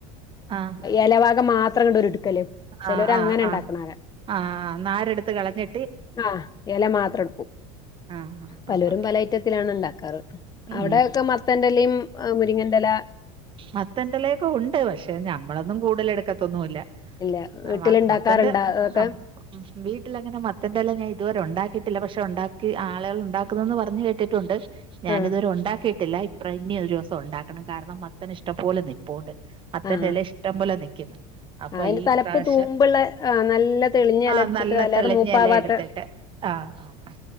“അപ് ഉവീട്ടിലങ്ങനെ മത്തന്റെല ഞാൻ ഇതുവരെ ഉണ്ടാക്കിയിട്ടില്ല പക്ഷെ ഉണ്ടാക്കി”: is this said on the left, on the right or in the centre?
Right